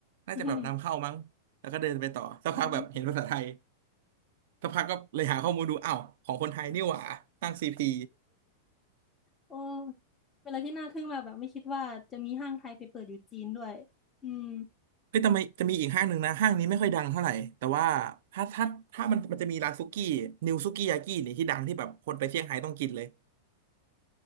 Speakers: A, on the right (about 65°); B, on the left (about 20°).
A: น่าจะแบบนำเข้ามั้งแล้วก็เดินไปต่อสักพักแบบเห็นภาษาไทย
B: อืมอืม
A: สักพักก็เลยหาข้อมูลดูอ้าวของคนไทยนี่หว่าห้างซีพี
B: โอ้เป็นอะไรที่น่าทึ่งมากแบบไม่คิดว่าจะมีห้างไทยไปเปิดอยู่จีนด้วยอืม
A: เฮ้ยทำไมจะมีอีกห้างหนึ่งนะห้างนี้ไม่ค่อยดังเท่าไหร่แต่ว่าถ้าถ้าถ้ามันมันจะมีร้านซุกี้นิวซุกี้ยากินี่ที่ดังที่แบบคนไปเซี่ยงไฮ้ต้องกินเลย